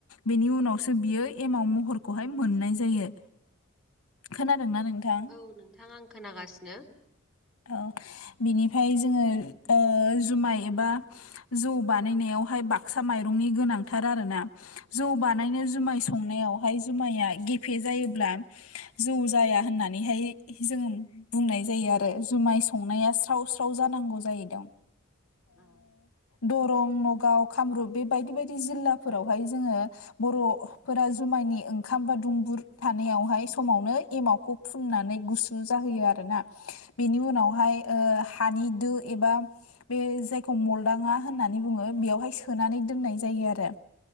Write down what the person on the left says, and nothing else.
बेनि उनावसो बियो एमाव महरखौहाय मोननाय जायो। खोनादोंना नोंथां
औ बिनिफ्राय जोङो ओ जुमाय एबा जौ बानायनायावहाय बाक्सा माइरंनि गोनांथार आरोना। जौ बानायनो
जुमाय संनायावहाय जुमाया गेफे जायोब्ला जौ जाया होननानैहाय जोंङो बुंनाय जायो आरो जुमाय संनाया स्राव स्राव जानांगौ जाहैदों।
दरं नगाव‌कामरुप बे बायदि बायदि जिल्लाफोरावहाय जोंङो बरफोरा जुमायनि ओंखाम बा दुंबुर थानायावहाय समावनो एमावखौ फुननानै गुसु जाहोयो आरोना। बेनि उनावहाय ओ हानि दो एबा बे जायखौ मल दाङा होननानै बुंङो बेयावहाय सोनानै दोननाय जायो आरो